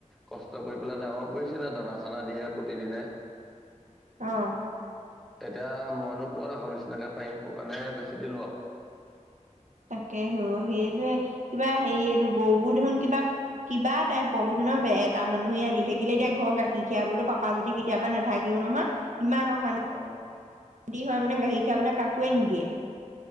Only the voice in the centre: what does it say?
কষ্ট কৰি পেলাই ডাঙৰ কৰিছিলে দানা চানা দিয়ে প্ৰতিদিনে।
এতিয়া মইনো ক'ত আগৰ নিচিনাকে পাৰিম কাৰণে বেছি দিলো আৰু।
অ